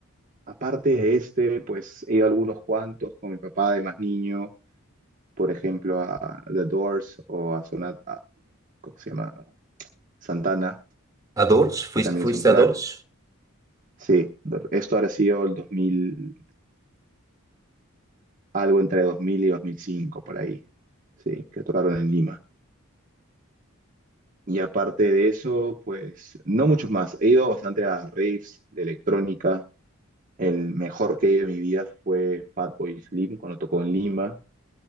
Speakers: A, on the right (about 40°); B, on the right (about 15°).
A: Aparte de este, pues he ido a algunos cuantos con mi papá de más niño, por ejemplo a The Doors o a Sonata, ¿cómo se llama? Santana,
B: ¿A Doors? ¿Fuiste,
A: que también
B: fuiste
A: es un crack.
B: a Doors?
A: Sí, esto ha sido el 2000, algo entre 2000 y 2005, por ahí, sí, que tocaron en Lima. Y aparte de eso, pues no muchos más. He ido bastante a raves de electrónica. El mejor que he ido en mi vida fue Fatboy Slim cuando tocó en Lima.